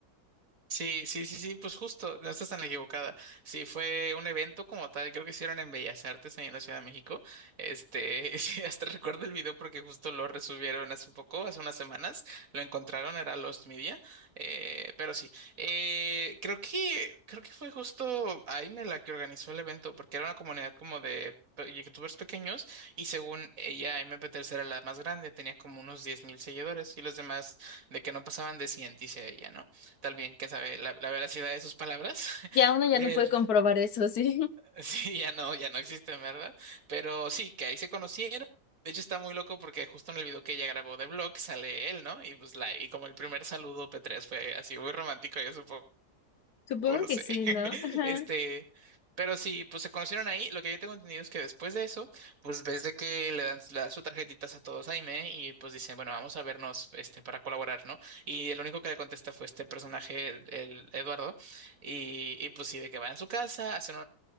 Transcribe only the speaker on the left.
Ya uno ya
no puede comprobar eso, ¿sí?
<laughs> Supongo
que
sí,
¿no? Ajá.